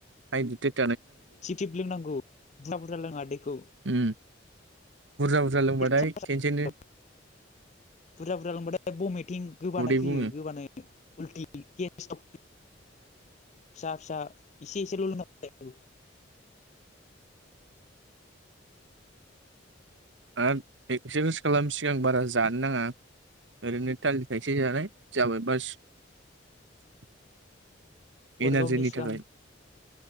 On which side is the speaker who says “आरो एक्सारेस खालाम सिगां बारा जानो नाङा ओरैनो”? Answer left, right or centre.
Right